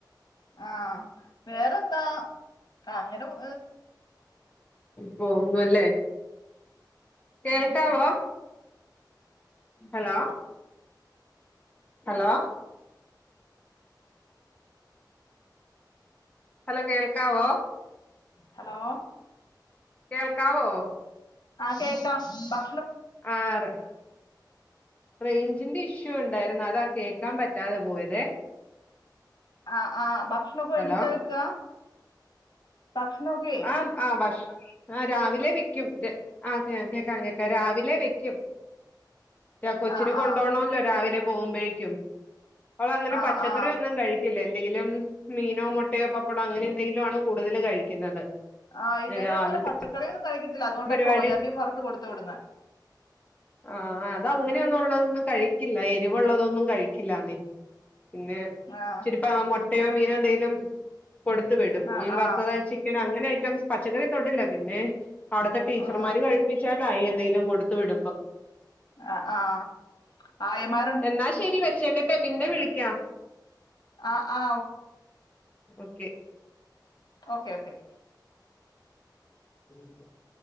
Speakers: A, on the left (about 65°); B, on the left (about 20°).
A: ആഹ് വേറെന്താ അങ്ങനെ പോ
B: പോവുന്നു അല്ലേ? കേൾക്കാവോ? ഹലോ ഹലോ ഹലോ കേൾക്കാവോ?
A: ഹലോ
B: കേൽക്കാവോ?
A: ആഹ കേക്കാം ഭ
B: ആറ് റേയ്ഞ്ചിന്റെ ഇഷ്യൂ ഉണ്ടായിരുന്നു, അതാ കേക്കാൻ പറ്റാതെ പോയതെ
A: ആഹ ആഹ് ഭക്ഷണൊക്കെ ഒരുമിച്ച
B: ഹലോ
A: വെക്കാ ഭക്ഷണെക്കെ
B: ആഹ ആഹ ഭഷ് ആ രാവിലെ വെ ക്കും. ആ കേക്കാം കേക്കാം രാവിലെ വെക്കും. രാ കൊച്ചിന
A: ആ
B: കൊണ്ടോവണല്ലോ,
A: ആ
B: രാവിലെ പോകുമ്പോഴേക്കും. അവളങ്ങനെ
A: ആ
B: പച്ചക്കറി
A: ആ
B: ഒന്നും കഴിക്കില്ല എന്തെങ്കിലും മീനോ, മുട്ടയോ, പപ്പടോ, അങ്ങനെ എന്തെങ്കിലും ആണ് കൂടുതല് കഴിക്കുന്നത്.
A: ആഹ് ഇവനുംഅങ്ങനെ
B: രാവിലത്തെ
A: പച്ചക്കറിയൊന്നും കഴിക്കത്തില്ല. അതുകൊണ്ടാ,
B: പരിപാടി
A: സോയാബീൻ വറുത്ത് കൊടുത്തു വിടന്നെ.
B: ആഹ അത് അങ്ങനെയൊന്നും ഉള്ളതൊന്നും കഴിക്കില്ല, എരിവുള്ളതൊന്നും കഴിക്കില്ലാന്നെ. പിന്നെ
A: ആഹ-
B: ഇപ്പ മുട്ടയോ മീനോ എന്തെങ്കിലും കൊടുത്തു വിടും.
A: ആ
B: മീൻ
A: ആ
B: വറത്തതാ ചി ക്കൻ അങ്ങനെ ഐറ്റംസ് പച്ചക്കറി തൊടില്ല, പിന്നെ അവിടുത്തെ ടീച്ചർമാര്
A: ആ
B: കഴിപ്പിച്ചാ എന്തെങ്കിലും കൊടുത്ത് വിടുമ്പോം.
A: ആ ഹആഹ ആയമാ
B: എന്നാ ശരി വെച്ചേക്കട്ടെ പിന്നെ വിളിക്കാം
A: ആഹ ആഹ
B: ഓക്കെ
A: ഓക്കെ ഓക്കേ
B: ഉ